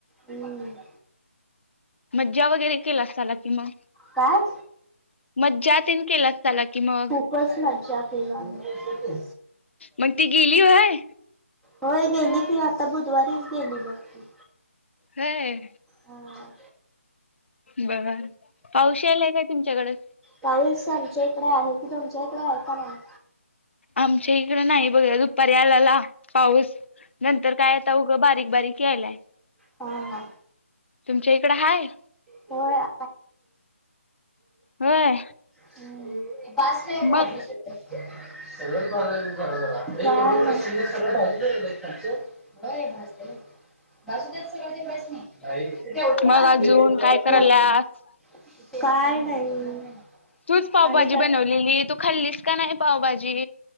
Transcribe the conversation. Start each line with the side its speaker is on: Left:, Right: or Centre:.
Centre: हम्.
Left: मज्जा वगैरे केला असाला की मग.
Centre: काय?
Left: मज्जा तेन केला अस्ताला की मग.
Centre: <unintelligible> मज्जा केलो आम्ही.
Left: मग ती गेली होय.
Centre: होय गेली की आता बुधवारी गेली बघ ती.
Left: होय
Centre: हा
Left: बर. पाऊश यायलाय काय तुमच्याकडे.
Centre: पाऊस आमच्या इकडे आहे की तुमच्या इकड आहे का नाही.
Left: आमच्या इकड नाही बघा दुपारी आलेला पाऊस. नंतर काय आता उग बारीक बारीक यायलाय.
Centre: हा हा
Left: तुमच्या इकडं हाय?
Centre: होय <inaudible>
Left: होय
Centre: हम्
Left: मग
Centre: <inaudible> <inaudible> होय <unintelligible> काय
Left: मग अजून करायल्यास
Centre: नाही.
Left: तूच पावभाजी
Centre: आणि काय
Left: बनवलेली. तू खाल्लीस का नाही पावभाजी?